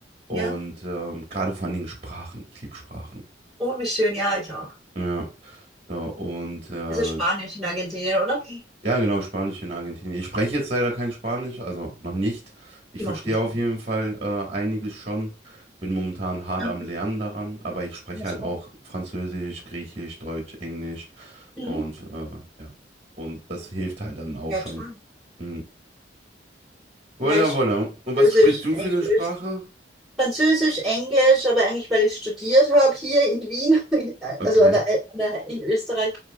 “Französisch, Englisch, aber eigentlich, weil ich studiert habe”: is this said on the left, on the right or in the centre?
Centre